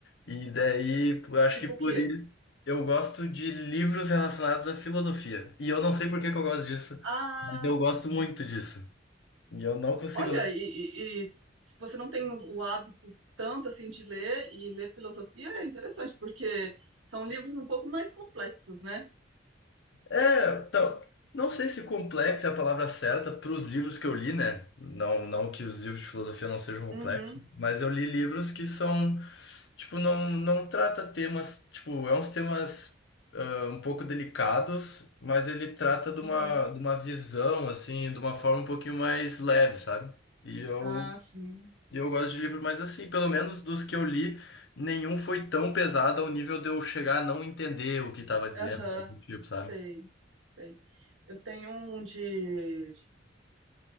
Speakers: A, on the left; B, on the right.
A: E daí, eu acho
B: Tipo
A: que por
B: o quê?
A: isso eu gosto de livros relacionados à filosofia. E eu não sei por que que eu gosto disso,
B: Ah,
A: mas eu gosto
B: sim.
A: muito disso. E eu não consigo
B: Olha,
A: ler.
B: e, e- e se você não tem o hábito tanto assim de ler e ler filosofia é interessante, porque são livros um pouco mais complexos, né?
A: É, então, não sei se complexo é a palavra certa para os livros que eu li, né? Não, não que os livros de filosofia não sejam complexos,
B: Uhum,
A: mas eu li livros que são, tipo, não, não trata temas, tipo, é uns temas ah, um pouco delicados, mas ele trata de
B: uhum.
A: uma, de uma visão, assim, de uma forma um pouquinho mais leve, sabe? E eu
B: Ah, sim.
A: E Eu gosto de livro, mas assim, pelo menos dos que eu li, nenhum foi tão pesado ao nível de eu chegar a não entender o que estava dizendo,
B: Aham,
A: algo do tipo,
B: sei,
A: sabe?
B: sei. Eu tenho um de, de